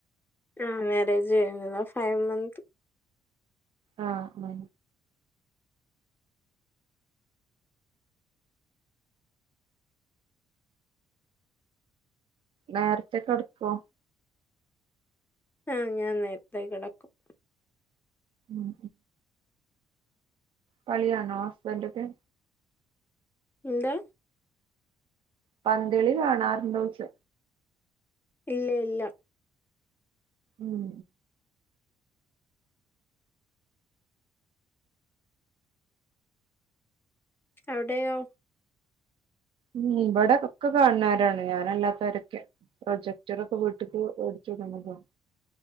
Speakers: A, on the left; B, on the right.
A: ആഹ് മേരേജ് കഴിഞ്ഞതാ ഫൈവ് മന്ത്ത്
B: ആഹ് ആ നേര്ത്തെ കെടക്കോ
A: ആഹ് ഞാൻ നേരത്തേ കെടക്കും.
B: ഉം കളികാണോ ഹസ്ബൻ്റാക്കെ?
A: എന്താ
B: പന്തളി കാണാറുണ്ടോയ്ച്ച.
A: ഇല്ല ഇല്ല
B: ഉം
A: അവിടെയോ?
B: ഉം ഇവടെ ഒക്കെ കാണൊരാണ് ഞാനല്ലാത്തോരൊക്കെ. പ്രൊജെക്റ്ററൊക്കെ വീട്ട്ക്ക് വേട്ച്ചൊട്ന്നതാ